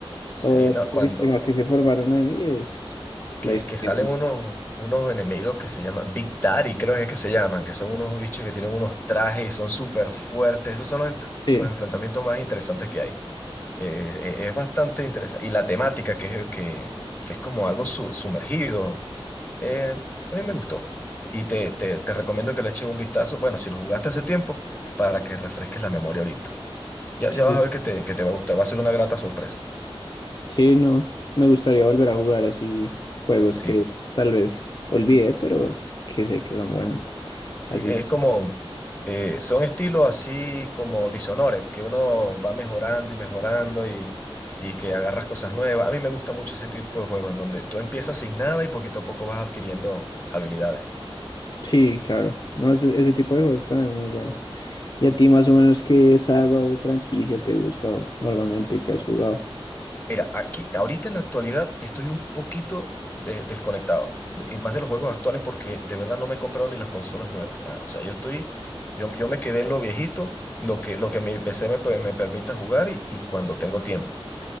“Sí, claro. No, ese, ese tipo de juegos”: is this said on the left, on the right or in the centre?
Left